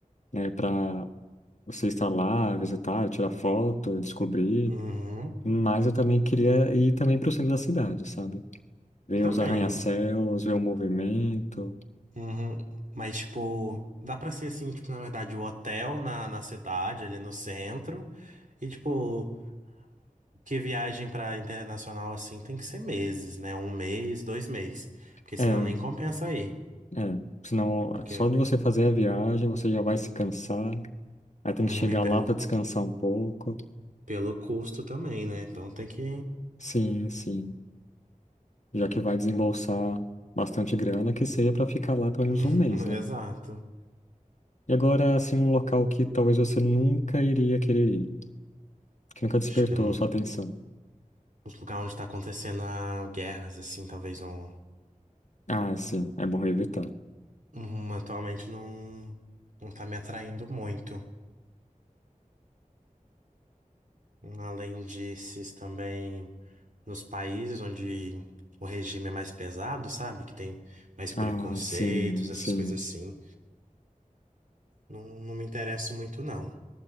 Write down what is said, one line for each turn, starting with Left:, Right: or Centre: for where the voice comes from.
Left: né, para você estar lá, visitar, tirar foto, descobrir.
Right: Uhum.
Left: Mas eu também queria ir também para o centro da cidade, sabe? Ver
Right: Também.
Left: os arranha-céus, ver o movimento.
Right: Uhum. Mas tipo, dá pra ser assim, tipo, na verdade, o hotel na, na cidade, ali no centro, e tipo Porque viagem pra internacional assim tem que ser meses, né? Um mês, dois meses. Porque
Left: É,
Right: senão nem compensa aí.
Left: É, senão
Right: Porque
Left: só de você fazer a viagem você já vai se cansar, aí tem
Right: uhum,
Left: que chegar
Right: e pelo,
Left: lá para descansar um pouco.
Right: pelo custo também, né? Então tem que.
Left: Sim, sim. Já que vai desembolsar bastante grana, que seja para ficar lá pelo
Right: <laughs>
Left: menos um mês, né?
Right: Exato.
Left: E agora, assim, um local que talvez você nunca iria querer ir, que nunca despertou
Right: Acho que no,
Left: a sua atenção.
Right: nos lugares onde tá acontecendo a guerras, assim, talvez não.
Left: Ah, sim, é bom evitar.
Right: Uhum, atualmente não, não tá me atraindo muito. Além desses também nos países onde o regime é mais pesado, sabe? Que tem mais preconceitos,
Left: Ah, sim,
Right: essas
Left: sim.
Right: coisas assim. Não, não me interesso muito, não.